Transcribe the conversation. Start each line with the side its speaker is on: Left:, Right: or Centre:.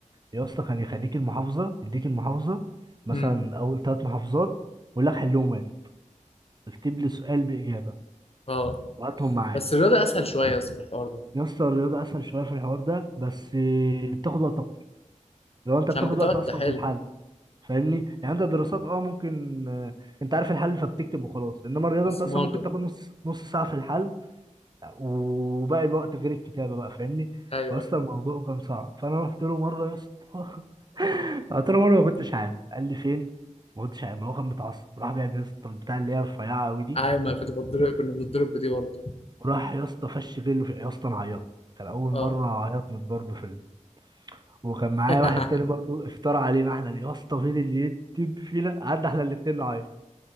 Right: يا اسطى كان يخليك المحافظة يديك المحافظة مثلا
Left: امم
Right: اول ثلاث محافظات ويقول لك حلهم واجب اكتب لي سؤال بإجابة
Left: اه
Right: وهاتهم معايا
Left: بس الرياضه اسهل شويه بس في الحوار ده
Right: يا اسطى الرياضة اسهل شوية في الحوار ده بس بتاخد وقت اكتر لو انت
Left: عشان
Right: بتاخد
Left: بتقعد
Right: وقت اصلا
Left: تحل
Right: في الحل فاهمني يعني انت دراسات اه ممكن آه، انت عارف الحل فبتكتب وخلاص انما الرياضه
Left: بصمجه
Right: انت اصلا ممكن تاخد نص نص ساعه في الحل وباقي الوقت غير الكتابه بقى فاهمني
Left: ايوه
Right: فاصلا
Left: ايوه
Right: الموضوع كان صعب فانا رحت له مره يا اسطى <laughs> قلت له مره ما كنتش عام قال لي فين ما كنتش عام هو كان متعصب راح جايب يا اسطى البتاع اللي هي رفيعه قوي دي
Left: ايوه ما كنت بتضرب كنا بنضرب بدي برضه
Right: وراح يا اسطى فش غله في يا اسطى انا عيطت كان اول
Left: اه
Right: مره اعيط من الضرب في ال... وكان معايا
Left: <laughs>
Right: واحد تاني برضه افترى علينا احنا يا اسطى فين اللي يكتب فينا قعدنا احنا الاتنين نعيط